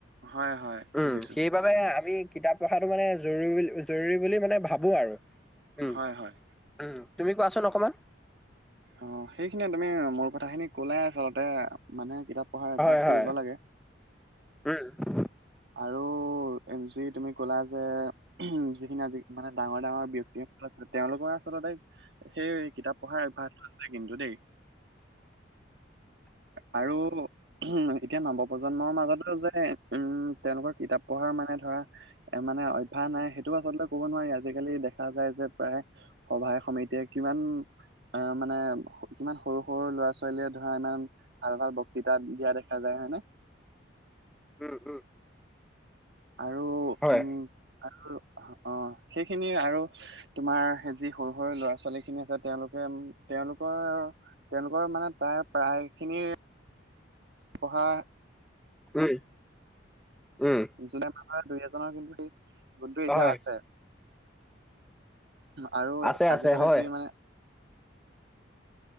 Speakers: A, on the right; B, in the centre.
A: হয় হয়
B: উম,
A: বুজিছো।
B: সেইবাবে আমি কিতাপ পঢ়াটো মানে জৰু‌ জৰুৰী বুলি মানে ভাবো আৰু। উম,
A: হয় হয়।
B: উম তুমি কোৱাচোন অকণমান?
A: অ সেইখিনিয়ে তুমি মোৰ কথা খিনি কলায় আচলতে মানুহে কিতাপ পঢ়াৰ অভ্যাস
B: হয়, হয়।
A: কৰিব লাগে।
B: উম।
A: আৰু এনজি তুমি কলা যে উ যিখিনি আজি মানে ডাঙৰ ডাঙৰ ব্যক্তিসকল আছে তেওঁলোকৰ আচলতে সেই কিতাপ পঢ়াৰ অভ্যাসটো আছে কিন্তু দেই।
B: <unintelligible>
A: আৰু উ এতিয়া নৱপ্ৰজন্মৰ মাজতো যে উম তেওঁলোকৰ কিতাপ পঢ়াৰ মানে ধৰা এ মানে অভ্যাস নাই সেইটো আচলতে ক'ব নোৱাৰি আজিকালি দেখা যায় যে প্ৰায় সভাই সমিতিয়ে কিমান অ মানে কিমান সৰু সৰু ল'ৰা ছোৱালীয়ে ধৰা ইমান ভাল ভাল বক্তৃতা দিয়া দেখা যায় হয়নে।
B: উম উম।
A: আৰু
B: হয়,
A: উম আৰু অ অহ সেইখিনি আৰু তোমাৰ সেই যি সৰু সৰু ল'ৰা ছোৱালী খিনি আছে তেওঁলোকে তেওঁলোকৰ তেওঁলোকৰ মানে প্ৰয়াই প্ৰায় খিনিৰ পঢ়া
B: উম, উম।
A: জোনে মানুহে এজনৰ কিন্তু গোন্টো
B: হয়,
A: এতিয়াও আছে। আৰু
B: আছে, আছে,
A: আজিকালি
B: হয়,
A: যি মানে <inaudible>